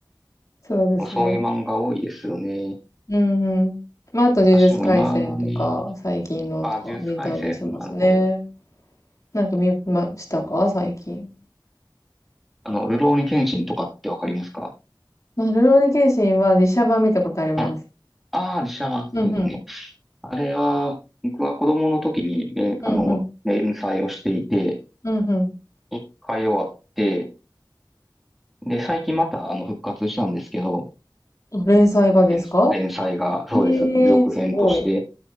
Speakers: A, on the left; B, in the centre.
A: そうですね。
B: ん、そういう漫画多いですよね。
A: うんうん。まあ、あと呪術廻戦とか、
B: 私も未だに、
A: 最近のとか見たりしますね。
B: あ、ジュース回戦、なるほど。
A: なんか見ましたか最近。
B: あの、ルローニケにシンとかってわかりますか
A: まあ、ルローニケンシンは実写版見たことあります。
B: はい。ああ、実写版、そうですね。
A: うんうん。
B: あれは、僕は子供の時に、ね、
A: うんうん。
B: あの、連載をしていて、
A: うんうん。
B: 一回終わって、で、最近また、あの、復活したんですけど、
A: 連載がですか
B: 連、連載が、そうです。
A: へえ、
B: 続編として。
A: すごい。